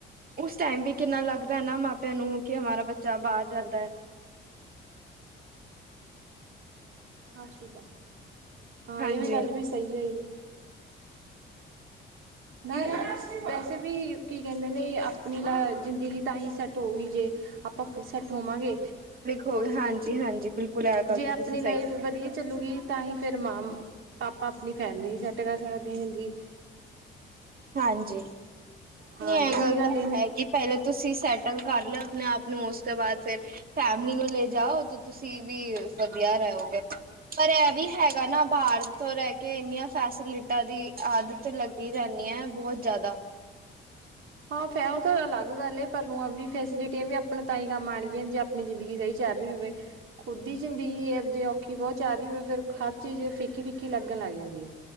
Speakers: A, on the right; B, on the right.
A: ਉਸ ਟਾਈਮ ਵੀ ਕਿੰਨਾ ਲੱਗਦਾ ਹੈ ਨਾ, ਮਾਪਿਆਂ ਨੂੰ ਕਿ ਹਮਾਰਾ ਬੱਚਾ ਬਾਹਰ ਜਾਂਦਾ ਹੈ।
B: ਆਸ਼ ਤਾਂ, ਹਾਂ
A: ਹਾਂਜੀ
B: ਇਹ ਵੀ ਗੱਲ ਵੀ ਸਹੀ ਹੈ ਜ। ਮੈਂ ਵੈਸੇ ਵੀ ਕੀ ਕਹਿੰਦੇ ਨੇ, ਆਪਣੀ ਲ ਜ਼ਿੰਦਗੀ ਤਾਂ ਹੀ ਸੈੱਟ ਹੋਊਗੀ ਜੇ ਆਪਾਂ ਫ ਸੈੱਟ ਹੋਵਾਂਗੇ।
A: ਹੋ ਹਾਂਜੀ-ਹਾਂਜੀ, ਬਿਲਕੁਲ। ਇਹ ਗੱਲ
B: ਜੇ
A: ਤਾਂ
B: ਆਪਣੀ
A: ਤੁਸੀਂ ਸਹੀ
B: ਲਾਈਫ
A: ਕੀਤੀ
B: ਵਧੀਆ ਚੱਲੂਗੀ ਤਾਂ ਹੀ ਫਿਰ ਮਾਂ ਪਾਪਾਂ ਆਪਣੀ ਫੈਮਿਲੀ ਦੀ ਸੈੱਟ ਕਰ ਸਕਦੇ ਹ ਹੁੰਦੀ।
A: ਹਾਂਜੀ
B: ਹਾਂ
A: ਨੀ, ਇਹ
B: ਉਹੀ
A: ਗੱਲ ਤਾਂ
B: ਏ।
A: ਹੈਗੀ। ਪਹਿਲਾਂ ਤੁਸੀਂ ਸੈਟਲ ਕਰ ਲਿਆ ਆਪਣੇ ਆਪ ਨੂੰ, ਉਸ ਤੋਂ ਬਾਅਦ ਫਿਰ ਫੈਮਲੀ ਨੂੰ ਲੈ ਜਾਓ, ਤਾਂ ਤੁਸੀਂ ਵੀ ਵਧੀਆ ਰਹਿਗੇ। ਪਰ ਇਹ ਵੀ ਹੈਗਾ ਨਾ, ਬਾਹਰ ਤੋਂ ਰਹਿ ਕੇ ਇੰਨੀਆਂ ਫੈਸਿਲਿਟੀਆਂ ਦੀ ਆਦਤ ਤੇ ਲੱਗੀ ਰਹਦੀ ਹੈ, ਬਹੁਤ ਜ਼ਿਆਦਾ
B: ਹਾਂ ਫੈ ਉਹ ਤਾਂ ਅਲੱਗ ਗੱਲ ਏ, ਪਰ ਆਪ ਨੂੰ ਵੀ ਫੈਸਿਲਿਟੀਆਂ ਵੀ ਆਪਣੇ ਤ ਹੀ ਕੰਮ ਆਉਣਗੀਆਂ ਜੇ ਆਪ ਆਪਣੀ ਜ਼ਿੰਦਗੀ ਸਹੀ ਚੱਲ ਰਹੀ ਹੋਵੇ, ਖੁਦ ਦੀ ਜ਼ਿੰਦਗੀ ਹੈ ਜੇ ਔਖੀ ਬਹੁਤ ਜਾ ਆ ਰਹੀ ਹੋਵੇ, ਫਿਰ ਹਰ ਚੀਜ਼ ਫਿੱਕੀ-ਫਿੱਕੀ ਲੱਗਣ ਲੱਗ ਜਾਂਦੀ ਹੈ।